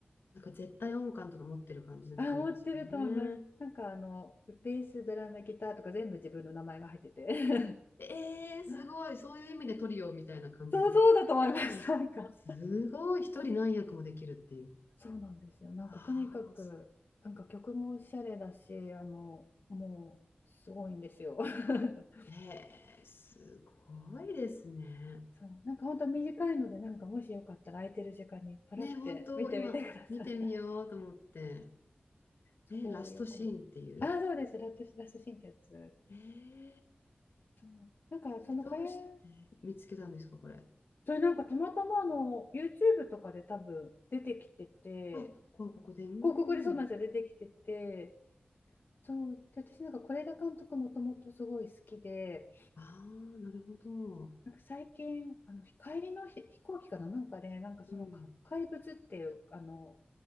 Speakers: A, on the left; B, on the left.
A: なんか絶対音感とか持ってる感じの人なんですかね。
B: あ、持ってると思います。なんかあのベース、ドラム、ギターとか全部自分の名前が入ってて。
A: ええすごい。
B: <laughs>
A: そういう意味でトリオみたいな感じで。
B: そうそうだと思います。
A: 一人、
B: なんか。
A: すごい、一人何役もできるっていう。
B: そうなんですよ。なんかとにかく、
A: ああ、そ
B: なんか曲もおしゃれだし、あの、もうすごいんですよ。<laughs>
A: うえー、すごいですね。
B: そう、なんか本当は短いので、なんかもしよかったら空いてる時間にパラって見てみてください。
A: ね、本当、今、見てみようと思って。
B: <laughs> すごいよかっ
A: え、ラストシーンっていう。
B: た。あ、そうです。ラットラスシシーンってやつ。
A: ええ、
B: そう、なんかそのこれ
A: えどうして見つけたんですか、これ。
B: それなんかたまたまあの YouTube とかで多分出てきてて、
A: あ、ここ、ここで、うーん。
B: 広告でそうなんですよ、出てきてて、そう、で私なんか是枝監督もともとすごい好きで、
A: ああ、なるほど。
B: なんか最近、あの帰りのひ飛行機かな、なんかで、なんかそのか怪物っていう、
A: うん、
B: あの、